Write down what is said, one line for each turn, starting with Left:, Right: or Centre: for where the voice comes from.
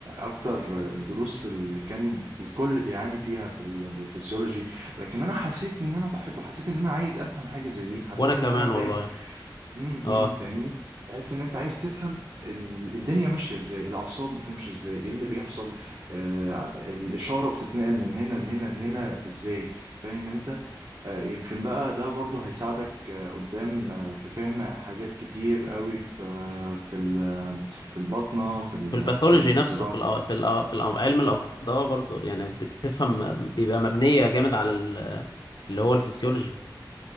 Right: اكتر الدروس اللي كان الكل بيعاني فيها في الفسيولوجي لكن انا حسيت ان انا بحبه حسيت ان انا عايز افهم حاجه زي دي حسيت
Left: وانا
Right: ان
Left: كمان
Right: انا فاهم
Left: والله
Right: امم
Left: اه
Right: فاهمني تحس ان انت عايز تفهم ال- الدنيا ماشيه ازاي الاعصاب بتمشي ازاي ايه اللي بيحصل آه الاشاره بتتنقل من هنا لهنا لهنا ازاي فاهم انت آه يمكن بقى ده برضو هيساعدك آه قدام آه في فهم حاجات كتير قوي في آه في ال- في البطنه في ال-
Left: في الباثولوجي
Right: في الجراحه
Left: نفسه في الأ... في الأ... في الأ... علم الامراض اه برضه يعني بتفهم بيبقى مبنيه جامد على ال... اللي هو الفسيولوجي